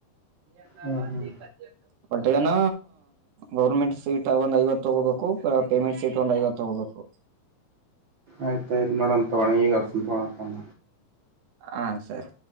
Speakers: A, on the right; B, on the right.
A: ನೀ
B: ಹ್ಮ್ ಹ್ಮ್
A: ಎ ಒಟ್ಟೆಯನ ಗೌರ್ಮೆಂಟ್ ಸೀಟ್ ಒಂದ್ ಐವತ್ತು ತಗೋಬೇಕು ಪೇಮೆಂಟ್ ಸೀಟ್ ಒಂದ್ ಐವತ್ತು ತಗೋಬೇಕು
B: ಆಯ್ತನ್ನೋಡ ತೋಣ ಈ ಕಸ ತೋಣ
A: ಹಾ ಸರಿ